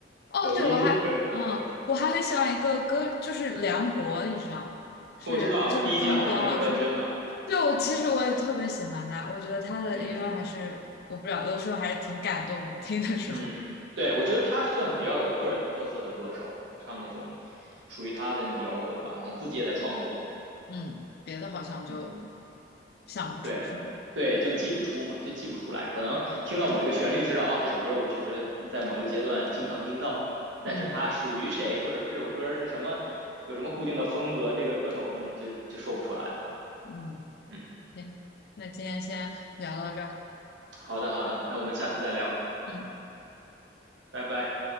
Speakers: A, on the left; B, on the right.
A: 哦，
B: 抖音认证歌手。
A: 对，我还，嗯，我还很喜欢一个歌，就是梁博，你知道吗？
B: <laughs>
A: 是，
B: 我知道啊第一届好声音的冠军嘛，
A: 就是中国好声音。对，我其实我也特别喜欢他，
B: 嗯
A: 我觉得他的音乐还是，
B: 嗯。
A: 我不知道，有的时候还是挺感动的，听的时候。
B: 嗯，对，我觉得他算比较有个人特色的歌手，唱那种属于他的那种摇滚吧，他自己也在创作嘛。
A: 嗯，别的好像就
B: 嗯，
A: 想不出什么。
B: 对，对，就记不出嘛，就记不出来，可能听到某一个旋律知道，哦，这首歌我确实在某一个阶段经常听到，但是它属于谁，
A: 嗯
B: 或者这首歌是什么，有什么固定的风格，这个歌手嗯就就说不出来了。
A: 嗯。
B: 嗯，
A: 行，那今天先聊到这儿。
B: 好的好的，那我们下次再聊，
A: 嗯。
B: 拜拜。